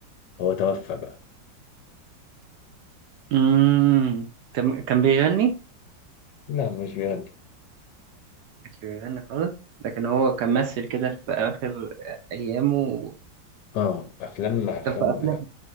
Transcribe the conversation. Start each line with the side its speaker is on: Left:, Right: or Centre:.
Left: هو توفى بقى
Right: مم. كان كان بيغني
Left: لا مش بيغني
Right: كانش بيغني خالص لكن هو كان ممثل كده في آخر أيامه
Left: اه أفلام أفلام
Right: كان في أفلام